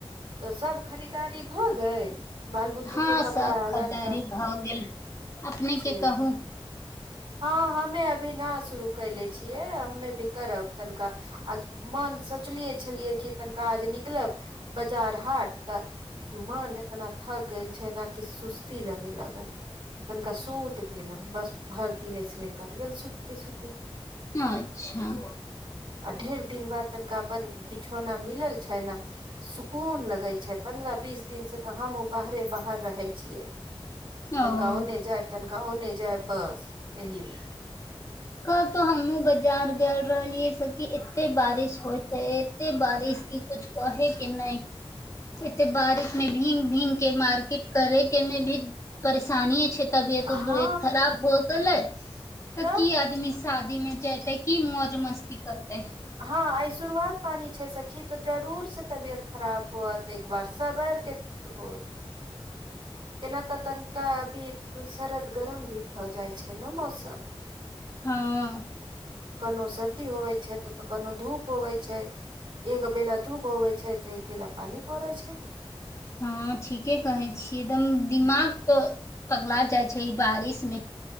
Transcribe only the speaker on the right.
तऽ सभ खरीदारी भऽ गेएल बालबूतरू
के
कपड़ा
लायके
छै
हँ हमे अभी न शुरू कले छियै हमे भी करब तनिका आ मन सोचलियै छलयै कि तनिका आज निकलब बाजार हाट तऽ मन एतना थक गेल छै ने कि सुस्ती लगे लगल तनिका सुत गेलो बस भरि <unintelligible> दिने सने कटि गेल सूत के सुती
ढेर दिन बाद तनिका अपन बिछौना मिलल छै ने सुकून लगै छै पन्द्रह बीस दिनसँ तऽ हमू बाहरे बाहर रहै छियै
तनका ओने जाइ तनका ओने जाय बस एहिले
हँ
तऽ
हँ आइ शुरुआत पानि छै सखी तऽ जरूरसँ तबियत खराब होअत एक बार सबरके होत ऐना तऽ तनिका अभी सरद गरम भी भऽ जाई छै ने मौसम
कनो सर्दी होबै छै तऽऽ कनो धूप होबै छै एक बेला धूप होबे छै तऽ एक बेला पानी पड़ै छै।